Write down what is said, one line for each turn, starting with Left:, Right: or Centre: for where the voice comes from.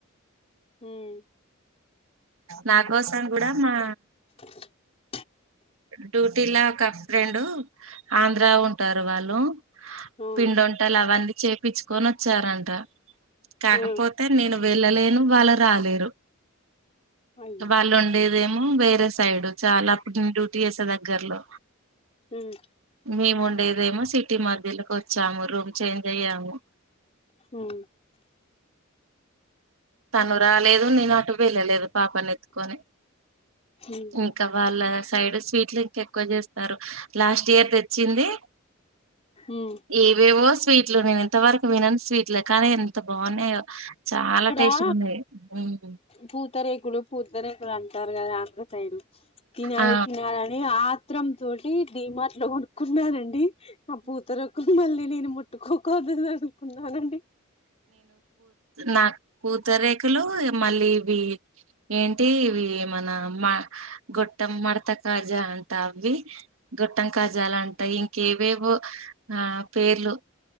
Left: ఉమ్
Right: నాకోసం కూడా మా
Left: అ
Right: డ్యూటీలా ఒక ఫ్రెండ్ ఆంధ్ర ఉంట టరు వాళ్లు
Left: ఆ
Right: పిండి వంటలు అవన్నీ చేపిచ్ కొనొచ్చారంట కాకపోతే
Left: ఆ
Right: నేను వెళ్ళలేను వాళ్ళు రాలేరు
Left: అయ్యో
Right: వాళ్ళు ఉండేదేమో వేరే సైడ్ చాల ఇప్పుడు నేను డ్యూటీ చేసా దగ్గర్లో
Left: ఉమ్
Right: మేము ఉండేదేమో సిటీ మధ్యలోకి వచ్చాము రూమ్ చేంజ్ అయ్యాము
Left: ఉమ్
Right: తను రాలేదు నేను అటు వెళ్ళలేదు పాపని ఎత్తుకొని
Left: ఉమ్
Right: ఇంకా వాళ్ళ సైడ్ స్వీట్లు ఇంకా ఎక్కువ చేస్తారు లాస్ట్ ఇయర్ తెచ్చింది
Left: ఉమ్
Right: ఏవేవో స్వీట్ లో నేను ఇంత వరకు వినను స్వీట్ లు కానీ ఎంత బాగున్నాయో చాలా టేస్ట్గా
Left: ఆ
Right: ఉన్నాయి ఉమ్
Left: పూతరేకులు పూతరేకులు అంటారు కదా అందరు తినళ
Right: ఆ
Left: తినల అని ఆ మత్రం తోటి దీ మాట్లో కొడుక్కున్నారండి పూతరేకులు మళీ నేను ముట్ ఇట్టుకోకద అనుకున్నానండి
Right: నా పూతరేఖలు మళ్ళీ ఇవి ఏంటి ఇవి మన మ గొట్ట మడత కాజా అంటరు కదా అవి గుొట్టం కాజాలు అంటాయి కేవేవో ఆ పేర్లు